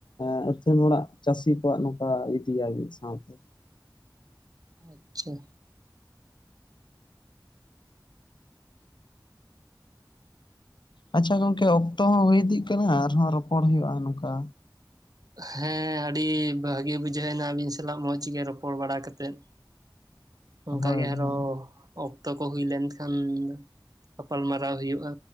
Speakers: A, on the left; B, on the right.
A: ᱮᱜ ᱟᱹᱛᱷᱟᱹᱱ ᱦᱚᱲᱟᱜ ᱪᱟᱹᱥᱤ ᱠᱚᱣᱟᱜ ᱱᱚᱝᱠᱟ ᱤᱫᱤᱭᱟ ᱢᱤᱫ ᱥᱟᱶᱛᱮ
B: ᱟᱪᱪᱷᱟ
A: ᱟᱪᱪᱷᱟ ᱜᱚᱝᱠᱮ ᱚᱠᱛᱚ ᱦᱚᱸ ᱦᱩᱭ ᱤᱫᱤᱜ ᱠᱟᱱᱟ ᱟᱨᱦᱚᱸ ᱨᱚᱯᱚᱲ ᱦᱩᱭᱩᱜᱼᱟ ᱱᱚᱝᱠᱟ
B: ᱦᱮᱸ ᱟᱹᱰᱤ ᱵᱷᱟᱹᱜᱤ ᱵᱩᱡᱷᱟᱹᱣ ᱱᱟ ᱟᱹᱵᱤᱱ ᱥᱟᱞᱟᱜ ᱢᱚᱡᱽ ᱜᱮ ᱨᱚᱯᱚᱲ ᱵᱟᱲᱟ ᱠᱟᱛᱮᱫ᱾ ᱚᱱᱠᱟ
A: ᱦᱳᱭ
B: ᱜᱮ ᱟᱨᱚ
A: ᱦᱳᱭ
B: ᱚᱠᱛᱚ ᱠᱚ ᱦᱩᱭ ᱞᱮᱱᱠᱷᱟᱱ ᱜᱟᱯᱟᱞᱢᱟᱨᱟᱣ ᱦᱩᱭᱩᱜᱼᱟ᱾